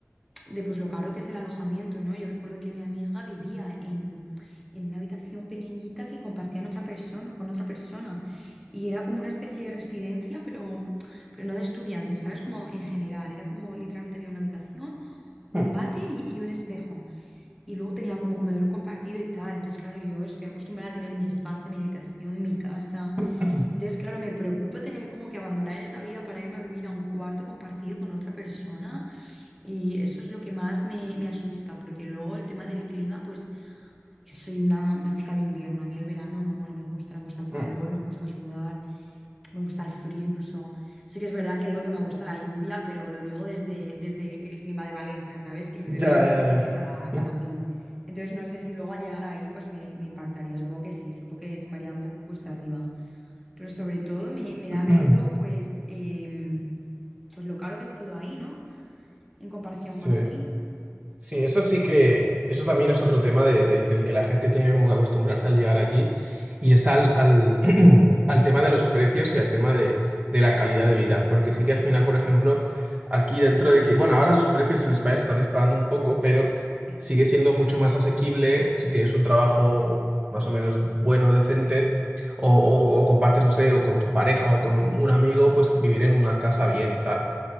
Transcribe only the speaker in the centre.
de, pues lo caro que es el alojamiento, ¿no? Yo recuerdo que mi amiga vivía en, en una habitación pequeñita que compartían otra persona, con otra persona y era como una especie de residencia, pero, pero no de estudiantes, ¿sabes? Como en general, era como literalmente había una habitación, un
váter y, y un espejo y luego tenían como comedor compartido y tal, entonces claro, yo estoy acostumbrada a tener mi espacio, mi habitación, mi casa.
Entonces, claro, me preocupa tener como que abandonar esa vida para irme a vivir a un cuarto compartido con otra persona y eso es lo que más me, me asusta, porque luego el tema del clima, pues yo soy una, una chica de invierno, a mí el verano no, no me gusta, no me gusta el calor,
no me gusta sudar, me gusta el frío, incluso. Sí que es verdad que digo que me gusta la lluvia, pero lo digo desde, desde el clima de Valencia, ¿sabes? Que llueve
una
vez cada,
cada mil. Entonces no sé si luego al llegar ahí pues me, me impactaría. Supongo que sí, supongo que se me haría un poco cuesta arriba. Pero sobre todo me, me da
miedo pues, em, pues lo caro que es todo ahí, ¿no? En comparación
con aquí.
Eh,